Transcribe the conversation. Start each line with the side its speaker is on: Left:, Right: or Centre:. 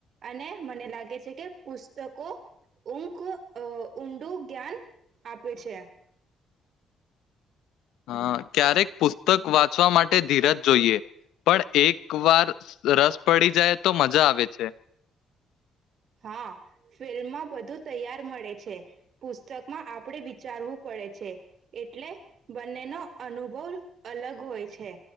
Right: અને મને લાગે છે કે પુસ્તકો ઊખ અ ઊંડું જ્ઞાન આપે છે.
Left: હા, ક્યારેક પુસ્તક વાત વાચવા માટે ધીરજ જોઈએ. પણ એક વાર રસ પડી જાય તો મજા આવે છે.
Right: હા, ફિલ્મમાં બધું તૈયાર મળે છે પુસ્તકમાં આપણે વિચારવું પડે છે એટલે બંનેનો અનુભવ અલગ હોય છે